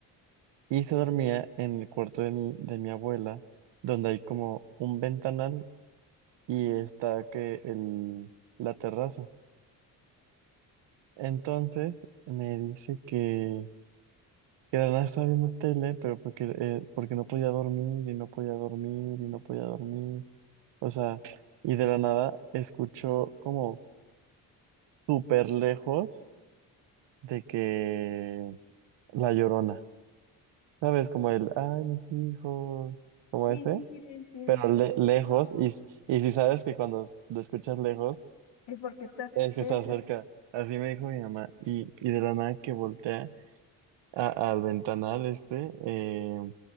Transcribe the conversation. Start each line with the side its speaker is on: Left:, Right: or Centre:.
Right: Y se dormía en el cuarto de mi, de mi abuela, donde hay como un ventanal y está que el, la terraza. Entonces me dice que, que de la nada estaba viendo tele, pero porque, eh, porque no podía dormir y no podía dormir y no podía dormir. O sea, y de la nada escuchó como súper lejos de que la llorona, ¿sabes? Como el, ay, mis hijos, como
Left: Sí,
Right: ese.
Left: sí, sí, lo entiendo.
Right: pero le- lejos,
Left: No,
Right: y, y si sabes que cuando lo escuchas lejos,
Left: es porque estás
Right: es que
Left: cerca,
Right: está cerca. Así me dijo mi mamá, y, y de la nada que voltea a- al ventanal este, eh,